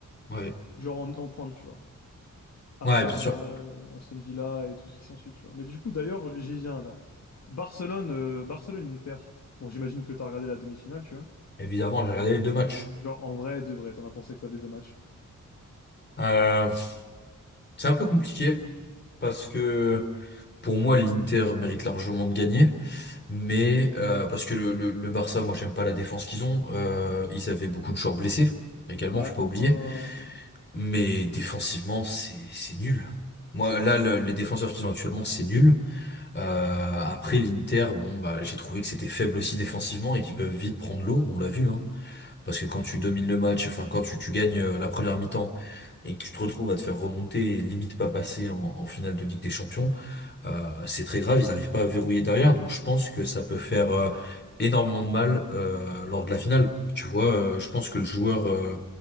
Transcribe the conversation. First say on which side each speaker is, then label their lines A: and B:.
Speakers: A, on the left; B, on the left.
A: ouais,
B: genre en, en pointe, tu vois. Arsenal,
A: ouais, bien sûr.
B: euh, Aston Villa et tout ce qui s'ensuit, tu vois. Mais du coup, d'ailleurs, j'y viens là. Barcelone, euh, Barcelone-Inter. Bon, j'imagine que t'as regardé la demi-finale, tu vois.
A: Évidemment, j'ai regardé les deux matchs.
B: Genre, en vrai, de vrai, t'en as pensé quoi des deux matchs?
A: Euh, c'est un peu compliqué parce que pour moi, l'Inter mérite largement de gagner, mais euh, parce que le, le, le Barça, moi, j'aime pas la défense qu'ils ont. Euh, ils avaient beaucoup de joueurs blessés également,
B: Ouais.
A: faut pas oublier.
B: euh,
A: Mais défensivement, c'est c'est nul. Moi, là, le- les défenseurs qu'ils ont actuellement, c'est nul. Euh, après, l'Inter, bon, bah, j'ai trouvé que c'était faible aussi défensivement et qu'ils peuvent vite prendre l'eau. On l'a vu, hein. Parce que quand tu domines le match, enfin quand tu, tu gagnes euh, la première mi-temps et que tu te retrouves à te faire remonter et limite pas passer en, en finale de Ligue des Champions, euh, c'est très grave, ils n'arrivent pas à verrouiller derrière, donc je pense que ça peut faire euh, énormément de mal euh, lors de la finale. Tu vois, euh, je pense que le joueur euh,